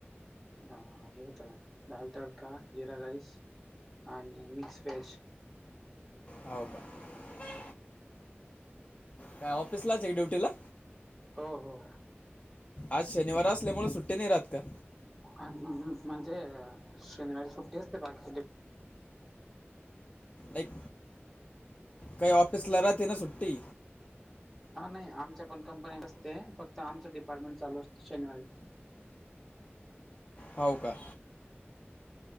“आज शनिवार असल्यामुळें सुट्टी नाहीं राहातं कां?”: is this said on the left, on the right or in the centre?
Left